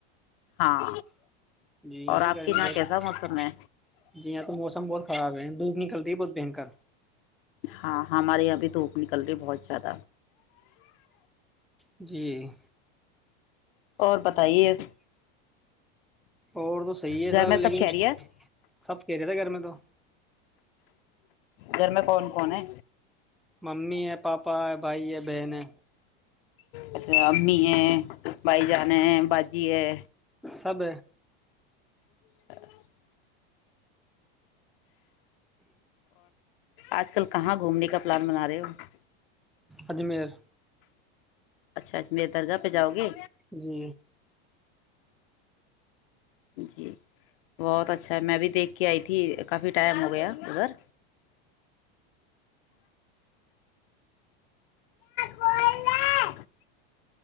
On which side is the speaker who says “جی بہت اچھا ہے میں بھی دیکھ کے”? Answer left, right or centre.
Left